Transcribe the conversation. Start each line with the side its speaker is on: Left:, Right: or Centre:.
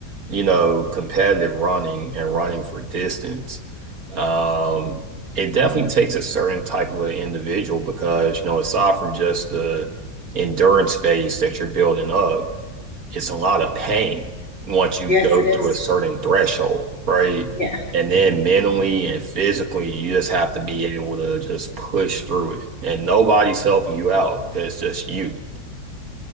Right: you know, competitive running and running for distance, um, it definitely takes a certain type of an individual because, you know, aside from just the endurance base that you're building up, it's a lot of pain once you
Left: Yes,
Right: go
Left: it is.
Right: through a certain threshold, right?
Left: Yeah.
Right: And then mentally and physically, you just have to be able to just push through it. And nobody's helping you out because it's just you.